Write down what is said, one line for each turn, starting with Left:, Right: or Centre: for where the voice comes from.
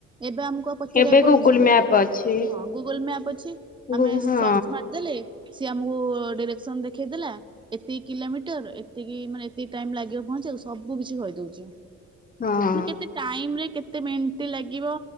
Right: ଏବେ ଆମକୁ ଆ ପଚାରିବାକୁ
Left: ଏବେ
Right: ପଡୁଛି
Left: ଗୁଗୁଲ
Right: କି।
Left: ମ୍ୟାପ୍ ଅଛି
Right: ହଁ ଗୁଗଲ ମ୍ୟାପ ଅଛି
Left: ଗୁ
Right: ଆମେ
Left: ହଁ
Right: ସର୍ଚ୍ଚ ମାରିଦେଲେ। ସିଏ ଆମକୁ ଡିରେକ୍ସନ ଦେଖେଇ ଦେେଲା। ଏତିକ କିଲୋମିଟର ଏତିକି ମାନେ ଏତିକି ଟାଇମ ଲାଗିବ ପହଞ୍ଚିବାକୁ ସବୁ କିଛି କହିଦଉଛି। ମାନେ
Left: ହଁ
Right: କେତେ ଟାଇମ ରେ କେତେ କେତେ ମେଣ୍ଟ୍ ଲାଗିବ